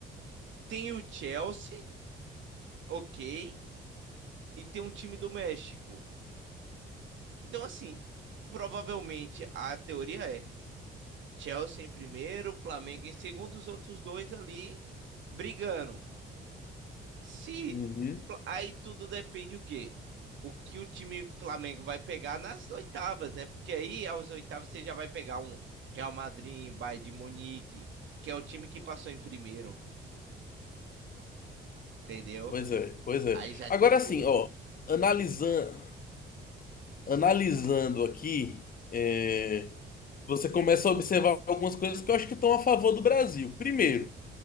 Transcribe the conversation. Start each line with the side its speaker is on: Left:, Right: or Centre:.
Right: Tem o Chelsea, ok. E tem um time do México. Então, assim, provavelmente a teoria é Chelsea em primeiro, Flamengo em segundo, os outros dois ali brigando. Se
Left: Uhum.
Right: aí tudo depende o quê? O que o time Flamengo vai pegar nas oitavas, né? Porque aí aos oitavas você já vai pegar um Real Madrid, Bayern de Munique, que é o time que passou em primeiro, entendeu?
Left: Pois é, pois é.
Right: Aí já
Left: Agora
Right: dificulta.
Left: assim, ó, analisando, analisando aqui, é, você começa a observar algumas coisas que eu acho que estão a favor do Brasil. Primeiro,